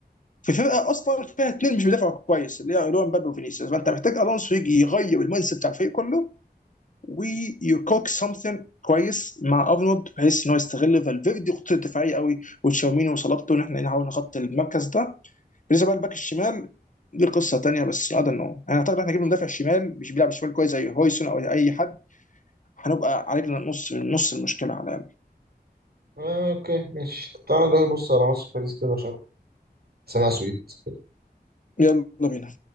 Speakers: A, on the left (about 50°); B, on the right (about 65°).
A: في فرقه اصلا فيها اثنين مش بيدافعوا كويس اللي هو اللي هو مبابي وفينيسيوس فانت محتاج الونسو يجي يغير المايند سيت بتاع الفريق كله ويكوك سمثين كويس مع ارنولد بحيث ان هو يستغل فالفيردي خطته الدفاعيه قوي وتشاوميني وصلابته ان احنا نحاول نغطي المركز ده بالنسبه بقى للباك الشمال دي قصه تانيه بس هذا انه انا اعتقد احنا جبنا مدافع شمال مش بيلعب شمال كويس زي هويسون او اي حد هنبقى علينا نص نص المشكله على الاقل
B: آه، اوكي ماشي طب تعالى نروح نبص على ماتش باريس كده عشان سمع سويت
A: يلا بينا